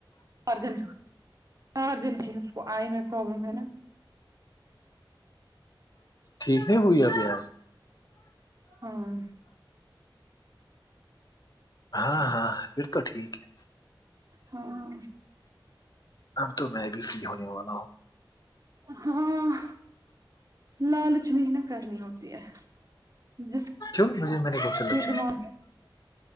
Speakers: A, on the right; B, on the left.
A: چار دن چار دن کی اس کو آئی میں پرابلم ہے نا
B: ٹھیک نہیں ہوئی ابج
A: ہاں
B: ہاں ہاں پھر تو ٹھیک ہے
A: ہاں
B: اب تو میں بھی فری ہونے والا ہوں
A: ہاں لالچنی ہی نا کرنی ہوتی ہے جس
B: کیوں مجھے میں نے کون سے
A: کے
B: لچ
A: دماغ